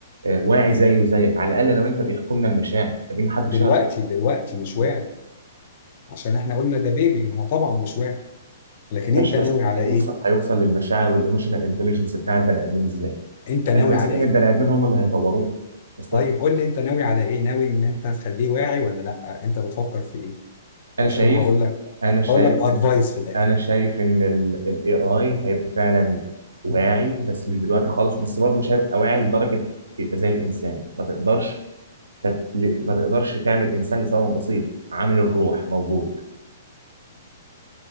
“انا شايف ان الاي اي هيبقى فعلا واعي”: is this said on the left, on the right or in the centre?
Right